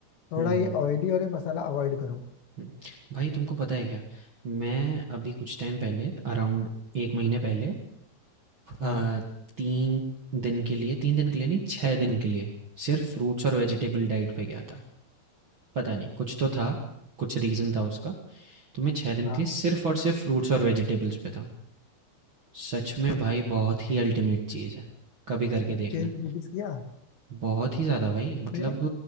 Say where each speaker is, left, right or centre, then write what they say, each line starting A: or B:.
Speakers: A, on the left; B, on the right.
A: थोड़ा
B: हम्म
A: ये ऑयली और ये मसाला अवॉइड करो
B: हुँ। भाई तुमको पता है क्या? मैं अभी कुछ टाइम पहले अराउंड 1 महीने पहले अ,
A: हाँ
B: 3 दिन के लिए 3 दिन के लिए नहीं 6 दिन के लिए सिर्फ़ फ्रूट्स और वेजिटेबल डाइट पे गया था। पता नहीं कुछ तो था, कुछ रीज़न था उसका। तो मैं 6 दिन
A: हाँ
B: के लिए सिर्फ़ और सिर्फ़ फ्रूट्स और वेजिटेबल्स पे था। सच में भाई बहुत ही अल्टीमेट चीज़ है। कभी करके
A: कुछ
B: देखना।
A: चेंज नोटिस किया
B: बहुत ही ज्यादा भाई मतलब
A: मैंने